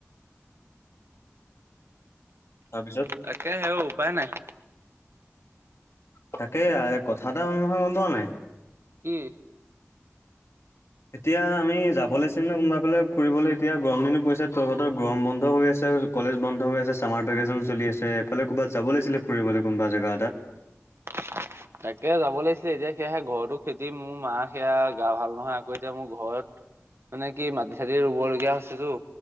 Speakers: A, on the left; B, on the right.
A: তাৰপিছত
B: তাকে সেও উপায় নাই।
A: তাকে আৰু কথা এটা হ'ল নহয় গম পোৱা নাই?
B: কি?
A: এতিয়া আমি যাব লচিম নে কোনোবা ফালে ফুৰিবলৈ এতিয়া গৰম দিনো পৰিছে তোৰহতৰ গৰম বন্ধ হৈ আছে কলেজ বন্ধ হৈ আছে চামাৰ ভেকেশচন চলি আছে এফালে ক'ৰবাত যাব লাগিছিল ফুৰিবলে কোনোবা জেগা এতাত।
B: <inaudible> তাকে যাব লাগিছিলে এতিয়া সেয়া সে ঘৰতো খেদিম মোৰ মা সেয়া গা ভাল নহয় আকৌ এতিয়া মোৰ ঘৰত মানে কি মাটি- চাটি ৰুব লগগীয়া হৈছেতো